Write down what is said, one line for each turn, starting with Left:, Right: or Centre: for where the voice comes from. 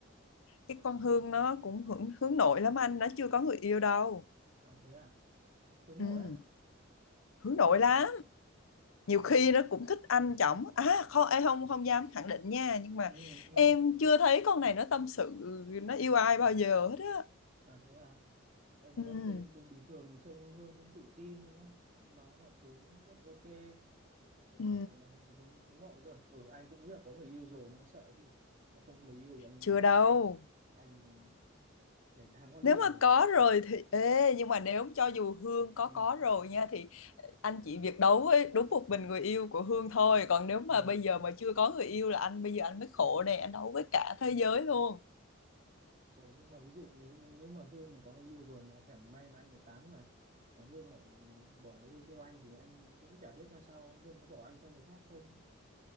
Left: Cái con Hương nó cũng hướng, hướng nội lắm anh Nó chưa có người yêu đâu
Right: à thế à hướng
Left: Ừm,
Right: nội á
Left: Hướng
Right: anh
Left: nội lắm nhiều
Right: sao
Left: khi nó cũng thích anh chồng à không em không không dám khẳng định nha nhưng mà
Right: ừ ừ
Left: em chưa thấy con này nó tâm sự nó yêu ai bao giờ hết á
Right: à thế à tại vì
Left: ừ,
Right: anh thấy bình bình thường trông Hương cũng tự tin đúng không anh nói mọi thứ cũng rất ok thế
Left: ừ,
Right: mà lại là hướng hướng hướng nội cơ ừ anh cũng nghĩ là có người yêu rồi nên anh sợ chứ mà không người yêu thì anh
Left: chưa đâu
Right: anh nhảy thang qua luôn
Left: nếu mà
Right: này này
Left: có rồi thì ê nhưng mà nếu cho dù Hương có
Right: ừ
Left: có rồi nha thì anh chỉ việc đấu với đúng một mình người yêu của Hương thôi còn nếu mà
Right: ừ
Left: bây giờ mà chưa có người yêu là anh bây giờ anh mới khổ nè anh đấu với cả thế giới luôn
Right: Ủa, nhưng mà ví dụ nếu nếu nếu mà Hương mà có người yêu rồi mà chẳng may mà anh bị tán mà mà Hương lại bỏ người yêu theo anh thì anh cũng chả biết mai sau Hương có bỏ anh theo người khác không